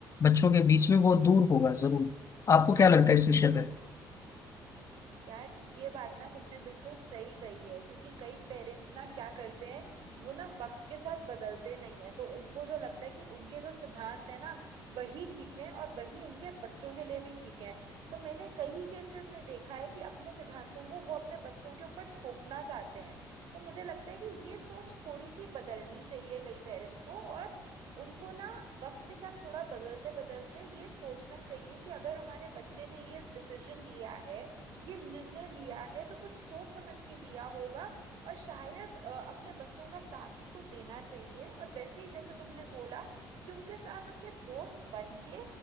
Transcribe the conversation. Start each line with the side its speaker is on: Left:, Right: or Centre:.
Left: बच्चों के बीच में वो दूर होगा जरूर आपको क्या लगता है इस विषय पे
Right: यार ये बात ना तुमने बिल्कुल सही कही है क्योंकि कई पेरेंट्स ना क्या करते हैं वो ना वक्त के साथ बदलते नहीं है तो उनको जो लगता है कि उनके जो सिद्धांत है ना वही ठीक है और वही उनके बच्चों के लिए भी ठीक है तो मैंने कई केसेस में देखा है कि अपने सिद्धांतों को वो अपने बच्चों के ऊपर थोपना चाहते हैं तो मुझे लगता है कि ये सोच थोड़ी सी बदलनी चाहिए कई पेरेंट्स को और उनको ना वक्त के साथ थोड़ा बदलते बदलते ये सोचना चाहिए कि अगर हमारे बच्चे ने ये डिसीजन लिया है ये निर्णय लिया है तो कुछ सोच समझ के लिया होगा और शायद अ, अपने बच्चों का साथ उनको देना चाहिए और वैसे ही जैसे तुमने बोला कि उनके साथ उनके दोस्त बन के